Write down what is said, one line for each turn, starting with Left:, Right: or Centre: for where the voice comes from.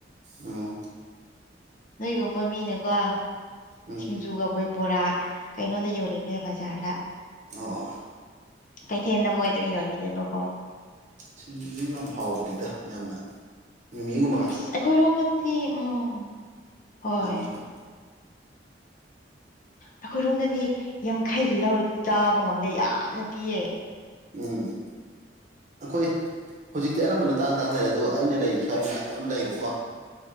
Right: ꯑꯣ
Left: ꯅꯣꯏꯒꯨꯝꯕ ꯃꯤꯅꯀꯣ
Right: ꯎꯝ
Left: ꯁꯤꯡꯖꯨꯒ ꯕꯨꯏ ꯕꯣꯔꯥ ꯀꯩꯅꯣꯗ ꯌꯣꯜꯂꯤꯅꯦ ꯕꯖꯥꯔꯗ
Right: ꯑꯣ
Left: ꯀꯩꯊꯦꯜꯗ ꯃꯣꯏ ꯑꯗꯨꯝ ꯌꯣꯟꯕꯅꯦꯕꯀꯣ
Right: ꯁꯤꯡꯖꯁꯨ ꯌꯥꯝ ꯍꯥꯎꯕꯅꯤꯗ ꯌꯥꯝꯅ ꯃꯤ ꯃꯤꯒꯨꯝꯕ
Left: ꯑꯁ ꯑꯩꯈꯣꯏꯔꯣꯝꯗꯗꯤ ꯎꯝ ꯍꯣꯏ
Right: ꯌꯥꯝꯅꯁꯨ
Left: ꯑꯩꯈꯣꯏꯔꯣꯝꯗꯗꯤ ꯌꯥꯡꯈꯩꯒꯤ ꯂꯧꯔꯗꯤ ꯆꯥꯕ ꯉꯝꯗꯦ ꯌꯥꯝꯅ ꯄꯤꯌꯦ
Right: ꯎꯝ ꯑꯩꯈꯣꯏ ꯍꯧꯖꯤꯛꯇꯤ ꯑꯅꯝꯕꯅ ꯇꯥꯡ ꯇꯥꯡꯅꯔꯦ ꯑꯗꯣ ꯑꯩꯅ ꯂꯩ ꯁ꯭ꯋꯥꯏ ꯃꯅꯥꯛꯇ ꯑꯃ ꯂꯩꯌꯦꯕꯀꯣ